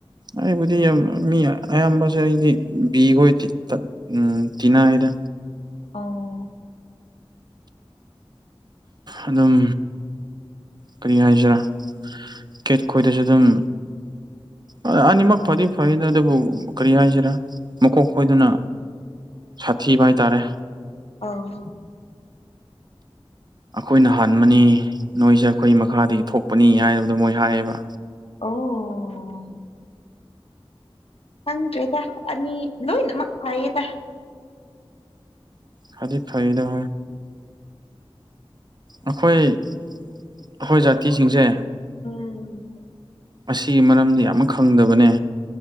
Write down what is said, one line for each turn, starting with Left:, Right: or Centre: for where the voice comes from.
Right: ꯑꯩꯕꯨꯗꯤ ꯌꯥꯝ ꯃꯤ ꯑꯌꯥꯝꯕꯁꯦ ꯑꯩꯗꯤ ꯕꯤꯈꯣꯏ ꯀꯤ ꯇ ꯎꯝ ꯆꯤꯟꯅꯥꯏꯗ
Left: ꯑꯧ
Right: ꯑꯗꯨꯝ ꯀꯔꯤ ꯍꯥꯏꯁꯤꯔꯥ ꯀꯦꯠ ꯈꯣꯏꯗꯁꯨ ꯑꯗꯨꯝ ꯑ ꯑꯅꯤꯃꯛ ꯐꯗꯤ ꯐꯩꯗ ꯑꯗꯨꯕꯨ ꯀꯔꯤ ꯍꯥꯏꯁꯤꯔꯥ ꯃꯀꯣꯛ ꯈꯣꯏꯗꯅ ꯁꯥꯊꯤꯕ ꯍꯥꯏꯇꯥꯔꯦ
Left: ꯑꯧ
Right: ꯑꯩꯈꯣꯏꯅ ꯍꯥꯟꯕꯅꯤ ꯅꯣꯏꯁꯦ ꯑꯩꯈꯣꯏ ꯃꯈꯥꯗꯒꯤ ꯊꯣꯛꯄꯅꯤ ꯍꯥꯏꯕꯗꯣ ꯃꯣꯏ ꯍꯥꯏꯌꯦꯕ
Left: ꯑꯣ ꯈꯪꯗ꯭ꯔꯦꯗ ꯑꯅꯤ ꯂꯣꯏꯅ ꯃꯛ ꯐꯩꯌ‌ꯦꯗ
Right: ꯈꯔꯗꯤ ꯐꯩꯗ ꯑꯩꯈꯣꯏ ꯑꯩꯈꯣꯏ ꯖꯥꯇꯤꯁꯤꯡꯁꯦ
Left: ꯎꯝ
Right: ꯑꯁꯤ ꯃꯔꯝꯗꯤ ꯑꯃꯛ ꯈꯪꯗꯕꯅꯦ